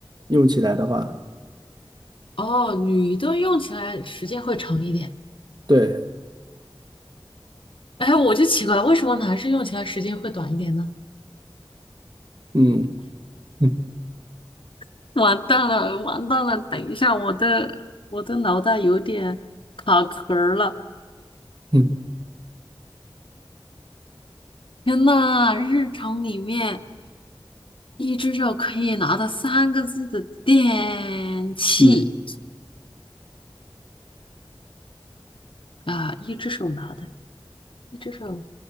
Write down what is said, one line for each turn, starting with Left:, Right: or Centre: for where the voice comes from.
Right: 用起来的话，
Left: 哦，女的用起来时间会长一点。
Right: 对，
Left: 哎，我就奇怪，为什么男生用起来时间会短一点呢？
Right: 嗯嗯
Left: <laughs> 完蛋了，完蛋了！等一下，我的我的脑袋有点卡壳儿了。
Right: 嗯，
Left: 天呐，日常里面。一只手可以拿到三个字的电器
Right: 是
Left: 啊，一只手拿的，一只手